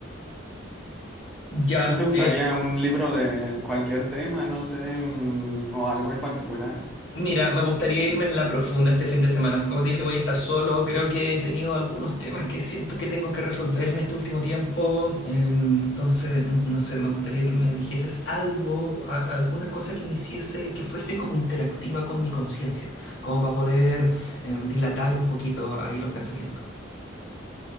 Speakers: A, on the left; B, in the centre.
A: Ya,
B: ¿Sí te gustaría
A: eh,
B: un libro de cualquier tema, no sé, mm, o algo en particular?
A: Mira, me gustaría irme en la profunda este fin de semana. Como te dije, voy a estar solo. Creo que he tenido algunos temas que siento que tengo que resolver en este último tiempo. Em, entonces, n- no sé, me gustaría que me dijeses algo, a- alguna cosa que me hiciese, que fuese como interactiva con mi conciencia, como para poder em, dilatar un poquito ahí los pensamientos.